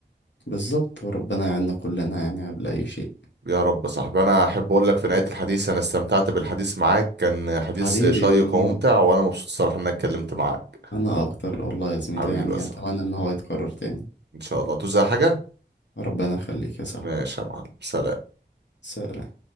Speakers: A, on the left; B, on the right.
A: بالظبط وربنا يعيننا كلنا يعني قبل اي شيء
B: يا رب يا صاحبي انا احب اقول لك في نهايه الحديث انا استمتعت بالحديث معاك كان حديث
A: حبيبي
B: شيق
A: يا زميلي
B: وممتع وانا مبسوط الصراحه ان انا اتكلمت معاك
A: انا اكتر والله يا زميلي
B: حبيبي
A: يعني
B: صح
A: اتمنى ان هو يتكرر تاني
B: ان شاء الله توزع حاجة
A: ربنا يخليك يا صاحبي
B: ماشي يا معلم سلام
A: سلام